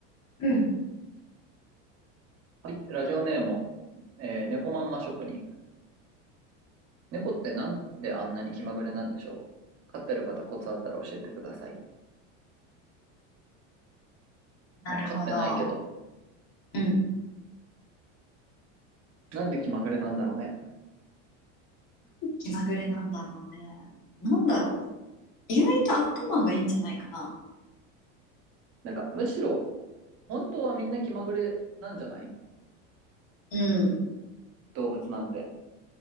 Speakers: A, on the left; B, on the right.
A: うん。
B: はい、ラジオネーム、えー、猫まんま職人。猫ってなんであんなに気まぐれなんでしょう飼ってる方コツあったら教えてください。
A: なるほど。
B: まあ、飼ってないけど、
A: うん。
B: なんで気まぐれなんだろうね。
A: 気まぐれなんだろうね。なんだろう。意外と頭がいいんじゃないかな。
B: なんか、むしろ、本当はみんな気まぐれなんじゃない
A: うん。
B: 動物なんて。